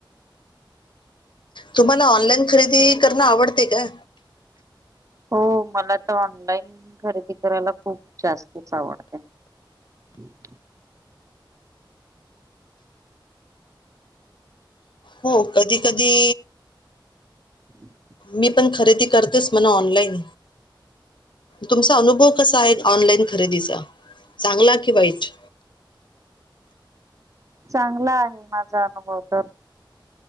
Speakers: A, on the left; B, on the right.
A: तुम्हाला ऑनलाईन खरेदी करणं आवडते का?
B: हो मला तर ऑनलाईन खरेदी करायला खूप जास्तच आवडते. <inaudible>
A: हो कधी -कधी
B: हम्,
A: मी पण खरेदी करतेस म्हणा ऑनलाईन तुमचा अनुभव कसा आहे. ऑनलाईन खरेदीचा चांगला की वाईट?
B: चांगला आहे माझा अनुभव तर,